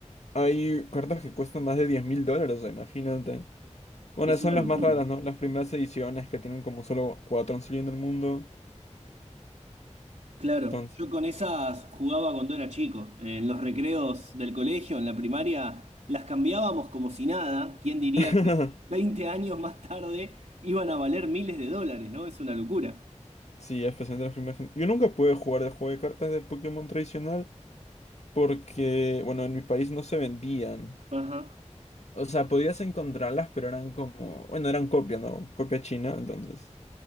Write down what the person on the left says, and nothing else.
hay cartas que cuestan más de diez mil dólares, o sea, imagínate. Bueno,
son
las
más raras, ¿no? Las primeras ediciones que tienen como solo cuatro han salido en el mundo.
Entonces.
<laughs>
Sí, especialmente las primeras. gen- Yo nunca pude jugar el juego de cartas de Pokémon tradicional porque, bueno, en mi país no se vendían.
O sea, podías encontrarlas, pero eran como, bueno, eran copia, ¿no? Copia china, entonces.